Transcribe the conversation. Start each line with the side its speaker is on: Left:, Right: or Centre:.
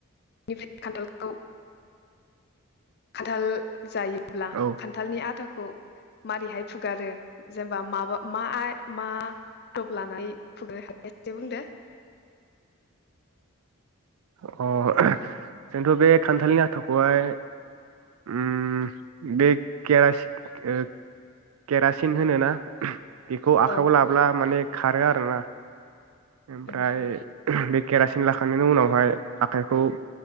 Left: <unintelligible> खान्थालखौ खानथाल जायो। ब्ला
Right: औ
Left: खान्थालनि आथाखौ खौ मारैहाय फुगारो जेनेबा माबा मा मा आदब लानानै फुगारो एसे बुंदो।
Right: अ <unintelligible> जोंथ' बे खान्थालनि आथाखौहाय ओम बे केरासिन ओ केरासिन होनोना? बेखौ आखाइयाव
Left: औ
Right: लाब्ला माने खारो आरो ना। ओमफ्राय
Left: ओं
Right: बे केरासिन लाखांनायनि उनावहाय आखाइखौ